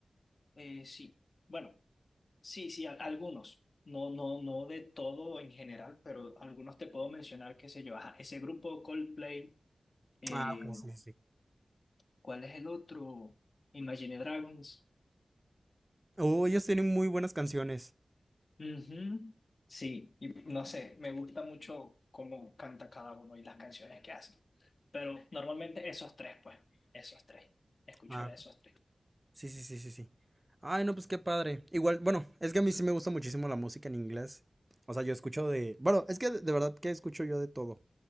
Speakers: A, on the left (about 60°); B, on the right (about 20°).
A: eh, sí. Bueno, sí, sí, a- algunos. No, no, no de todo en general, pero algunos te puedo mencionar, qué sé yo. Ajá, ese grupo Coldplay, eh,
B: Ah, ok, sí, sí. sí.
A: ¿cuál es el otro? Imagine Dragons.
B: Oh, ellos tienen muy buenas canciones.
A: Ujú. Sí, y no sé, me gusta mucho cómo canta cada uno y las canciones que hacen. Pero normalmente esos tres, pues, esos tres. Escucho
B: Ah,
A: de esos tres.
B: sí, sí, sí, sí, sí. Ay, no, pues qué padre. Igual, bueno, es que a mí sí me gusta muchísimo la música en inglés. O sea, yo escucho de... Bueno, es que de de verdad que escucho yo de todo.